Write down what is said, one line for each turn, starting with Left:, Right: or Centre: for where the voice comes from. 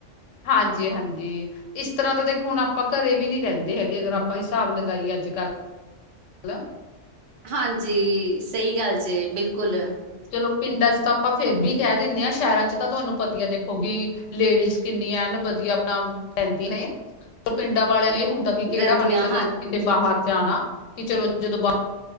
Left: ਹਾਂਜੀ-ਹਾਂਜੀ। ਇਸ ਤਰ੍ਹਾਂ ਤਾਂ ਦੇਖੋ, ਹੁਣ ਆਪਾਂ ਘਰੇ ਨੀ ਰਹਿੰਦੇ। ਹੈਗੇ। ਅਗਰ ਆਪਾਂ ਹਿਸਾਬ ਲਗਾਈਏ। ਅੱਜ-ਕੱਲ੍ਹ ਹੈਲੋ।
Right: ਹਾਂਜੀ। ਸਹੀ ਗੱਲ ਜੇ ਬਿਲਕੁਲ-ਬਿਲਕੁਲ
Left: ਚਲੋ ਪਿੰਡਾਂ ਚ, ਤਾਂ ਆਪਾਂ ਫੇਰ ਵੀ ਕਹਿ ਦੇਣੇ ਆ ਸ਼ਹਿਰਾਂ ਚ ਤਾਂ ਤੁਹਾਨੂੰ ਪਤੀਆਂ ਦੇਖੋ, ਕਿਉਂਕਿ ਲੇਡੀਜ਼ ਕਿੰਨੀ ਐਨ ਵਧੀਆ। ਆਪਣਾ ਰਹਿੰਦੀ ਨੇ ਪਿੰਡਾਂ ਵਾਲਿਆਂ ਇਹ ਹੁੰਦਾ ਕਿ ਕਿਹੜਾ
Right: ਰਹਿੰਦੀਆਂ
Left: ਆਪ ਨੇ ਕਦੇ ਕਿਤੇ ਬਾਹਰ ਜਾਣਾ। ਕਿ ਚਲੋ ਜਦੋਂ ਬਾ